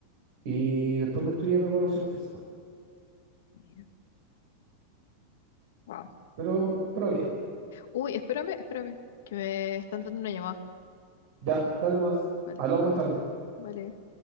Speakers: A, on the right (about 60°); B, on the left (about 70°).
A: Y después me estudié preparación física.
B: Mira. Wow.
A: Pero, pero bien.
B: Uy, espérame, espérame, que me está entrando una llamada.
A: Ya, dale nomás.
B: Vale,
A: Hablamos más tarde.
B: vale.